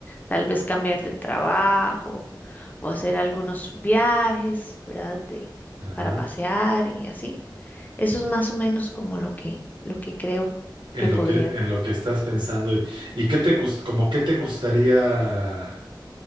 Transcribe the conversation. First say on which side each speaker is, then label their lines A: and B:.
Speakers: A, on the left; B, on the right.
A: tal vez cambiar de trabajo o hacer algunos viajes, ¿verdad? De,
B: Ajá.
A: para pasear y así. Eso es más o menos como lo que, lo que creo
B: En
A: que podría.
B: lo que, en lo que estás pensando. ¿Y qué te gust- como qué te gustaría